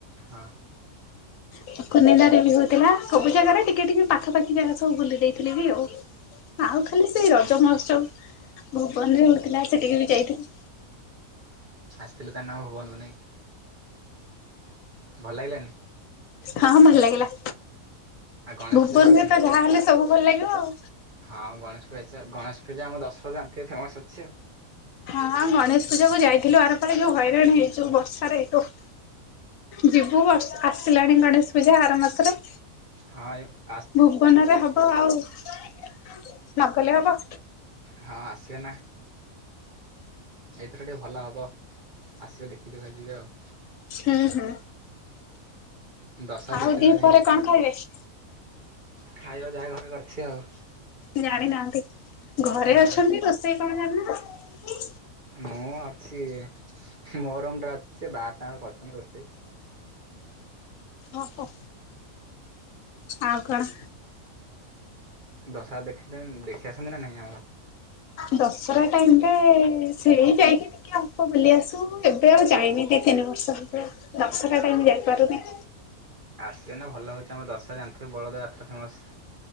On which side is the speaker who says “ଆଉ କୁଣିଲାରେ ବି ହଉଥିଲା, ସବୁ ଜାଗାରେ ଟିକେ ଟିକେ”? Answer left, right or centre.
Left